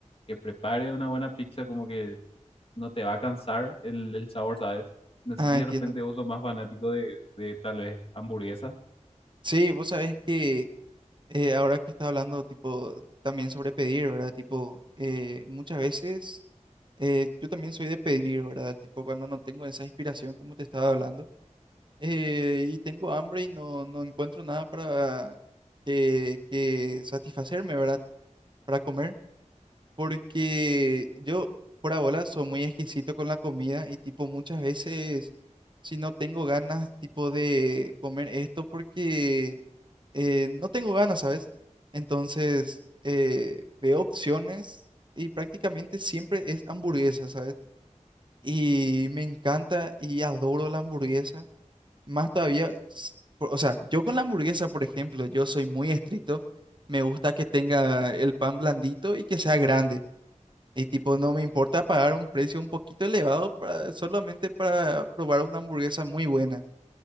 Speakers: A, on the left; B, on the right.
A: que prepare una buena pizza, como que no te va a cansar el, el sabor, ¿sabes? No sé
B: Ah,
A: si
B: entiendo.
A: de repente vos sos más fanático de, de tal vez hamburguesas.
B: Sí, vos sabés que... Eh, ahora que está hablando, tipo, también sobre pedir, ¿verdad? Tipo, eh, muchas veces eh, yo también soy de pedir, ¿verdad? Tipo, cuando no tengo esa inspiración, como te estaba hablando, eh, y tengo hambre y no, no encuentro nada para que, que satisfacerme, ¿verdad? Para comer, porque yo, por bola, soy muy exquisito con la comida y, tipo, muchas veces, si no tengo ganas, tipo, de comer esto, porque eh, no tengo ganas, ¿sabes? Entonces, eh, veo opciones y prácticamente siempre es hamburguesa, ¿sabes? Y me encanta y adoro la hamburguesa. Más todavía, s- por- o sea, yo con la hamburguesa, por ejemplo, yo soy muy estricto. Me gusta que tenga el pan blandito y que sea grande. Y tipo, no me importa pagar un precio un poquito elevado para, solamente para probar una hamburguesa muy buena.